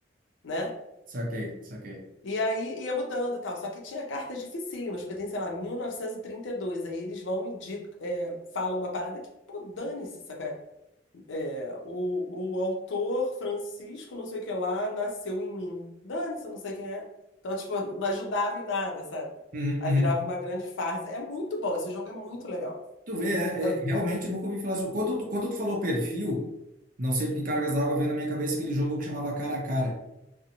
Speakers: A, on the left; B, on the right.
A: né?
B: saquei, saquei.
A: E aí ia mudando e tal. Só que tinha cartas dificílimas, porque tem, sei lá, mil novecentos e e trinta e dois Aí eles vão e dic- é, falam uma parada que, pô, dane-se, saca? É, o, o autor Francisco, não sei o que lá, nasceu em mim. Dane-se, eu não sei quem é. Então, tipo, não ajudava em nada, sabe?
B: Uhum,
A: Aí
B: uhum.
A: virava uma grande farsa. É muito bom, esse jogo é muito legal.
B: Tu vê, é,
A: Eu-
B: é, realmente nunca ouvi falar sobre. Quando, tu- quando tu falou perfil, não sei porque cargas d'água veio na minha cabeça aquele jogo que chamava Cara a Cara,